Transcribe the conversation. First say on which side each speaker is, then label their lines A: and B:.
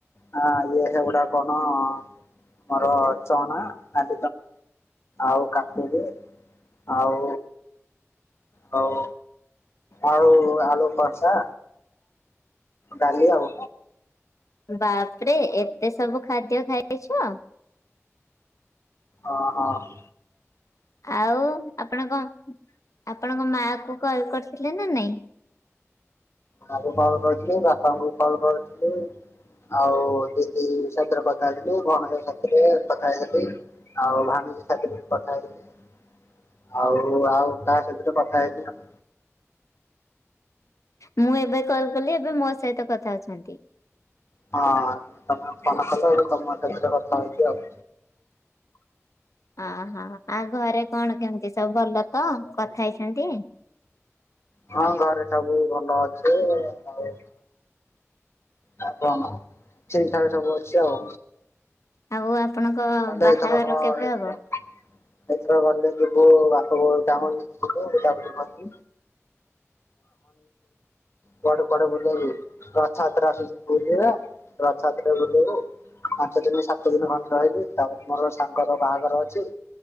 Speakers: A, on the left (about 55°); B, on the left (about 85°).
A: ହଁ ଇଏ ହେଗୁଡା କଣ ଆମର ଚଣା ଆ ଆଉ କାକୁଡି ଆଉ ହଉ ଆଳୁ ଆଳୁ ଖସା ଡାଲି ଆଉ
B: ବାପରେ ଏତେ ସବୁ ଖାଦ୍ୟ ଖାଇଛ
A: ହ ହଁ।
B: ଆଉ ଆପଣଙ୍କ ଆପଣଙ୍କ ମା କୁ କଲ କରିଥିଲେ ନା ନାଇଁ?
A: ମାଙ୍କୁ କଲ କରିୁଥିଲି ବାପାଙ୍କୁ କଲ କରିୁଥିଲି ଆଉ ଦଡିଥିରେ ପକେଇଥିଲି ଭଉଣ ସରେ ପକେଇଥିଲ? ଆଉ ଭଣଜ ସାଥିରେ ଟିକେ କଥା ହେଇ ଆଉ ଆଉ କାହା ସେଥିରେ କଥା ହେଇନି ଆଉ
B: ମୁଁ ଏବେ କଲ କଲି ଏବେ ମୋ ସହିତ କଥା ଅଛନ୍ତି।
A: ହଁ ତମେ ମନ କ ତମ ସେଥିରେ କଥା ହଉଛି ଆଉ
B: ଓହୋ ଆଉ ଘରେ କଣ କେମିତି ସବୁ ଭଲ ତ କଥା ହେଇଛନ୍ତି।
A: ହଁ ଘରେ ସବୁ ଭଲ ଅଛି ଆଉ ହ ହ ଠିକ ସବୁ ଅଛି ଆଉ।
B: ଆଉ ଆପଣଙ୍କ
A: ଗଲେ
B: ବାହାଘର
A: ଏଥରକ
B: କେବେ
A: ଏଇଥର
B: ହବ?
A: ଏଥର ଗଲେେ ଯିବୁ କାମି କଆଡେ କଆଡେ ବୁଲେଇବଛାତ ବ ଛାତି ଟା ପାଞ୍ଚ ଦିନ ସାତ ଦିନ ଖଣ୍ଡେ ରହିବି ତାପ ମୋର ସାଙ୍ଗର ବାହାଘର ଅଛି।